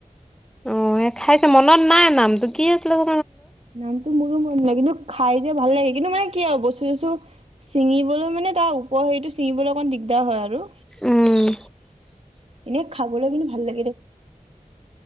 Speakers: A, in the centre; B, on the right.
A: অ ', এ খাইছে মনত নাই নামটো কি আছিলে ভ
B: নামতো মোৰো মনত নাই কিন্তু খাই যে ভাল লাগে কিন্তু মানে কি আৰু বস্তু চস্তু চিঙিবলৈ মানে তাৰ উপ হেৰিটো চিঙিবলৈ অকমান দিগদাৰ হয় আৰু।
A: উম',
B: এনেই খাবলৈ কিন্তু ভাল লাগে দে